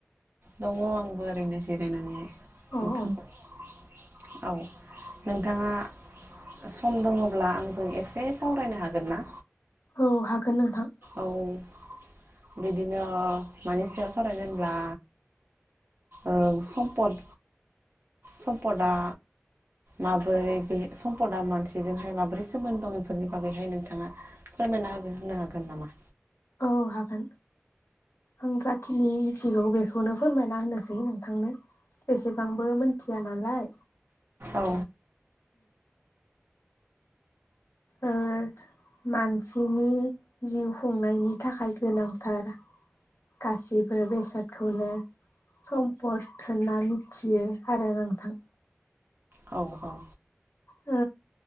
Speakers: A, on the right (about 60°); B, on the left (about 80°).
A: दङ आंबो ओरैनो जिरायनानैहाय
B: औ
A: बुं नोंथां
B: औ
A: औ नोंथाङा सम दङब्ला आंजों एसे सावरायनो हागोन ना
B: औ हागोन नोंथां
A: औ बिदिनो मानि सायाव सारायनो होनब्ला ओ सम्पद सम्पदआ माबोरै बे सम्पदा मानसिजोंहाय माबोरै सोमोन्दो दं बेफोरनि बागैहाय नोंथाङा फोरमायना होगोन होननो हागोन नामा
B: औ हागोन आं जाखिनि मिथिगौ बेखौ बेखौनो फोरमायना होनोसै नोंथांनो बेसेबांबो मोन खुथिया नालाय
A: औ
B: ओ मानसिनि जिउ खुंनायनि थाखाय गोनांथार गासिबो बेसादखौनो सम्पद होनना मिथियो आरो नोंथां।
A: औ औ
B: ओ